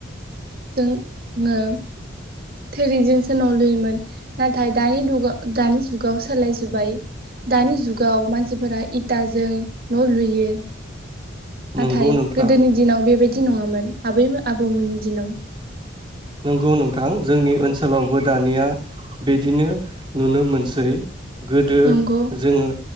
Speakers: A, on the right; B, on the right.
A: जोङो थोरिजोंसो न' लुयोमोन नाथाय दानि दुगाव दानि जुगाव सोलायजोबबाय दानि जुगाव मानसिफोरा इटाजों न' लुयो
B: नंगौ
A: नाथाय
B: नोंथां
A: गोदोनि दिनाव बेबायदि नङामोन आबैमो आबौमोननि दिनाव
B: नंगौ नोंथां जोंनि ओनसोलावबो दानिया बिदिनो नुनो मोनसै गोदो
A: नंगौ
B: जोङो